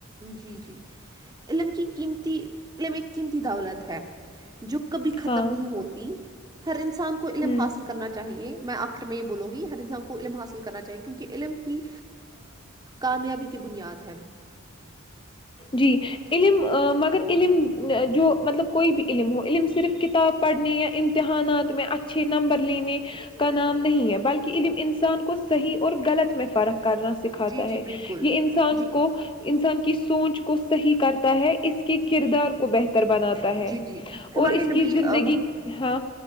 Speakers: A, on the right; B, on the left.
A: جی جی علم کی قیمتی ایک قیمتی دولت ہے جو کبھی ختم
B: ہاں
A: نہیں ہوتی ہر انسان انسان کو علم
B: ہوں
A: حاصل کرنا چاہیے میں آخر میں یہ بولوں گی ہر انسان کو علم حاصل کرنا چاہیے کیونکہ علم ہی کامیابی کی بنیاد ہے
B: جی علم مگر علم جو مطلب کوئی بھی علم ہو علم صرف کتاب پڑھنے یا امتحانات میں اچھے نمبر لینے کا نام نہیں ہے بلکہ علم انسان کو صحیح اور غلط میں فرق کرنا سکھاتا
A: جی
B: ہے
A: جی بالکل
B: یہ انسان
A: جی
B: کو انسان کی سوچ کو صحیح کرتا ہے اس کے کردار کو کو بہتر بناتا ہے
A: جی جی ہمارے
B: اور اس کی
A: نبی
B: زندگی
A: آ، محمد
B: ہاں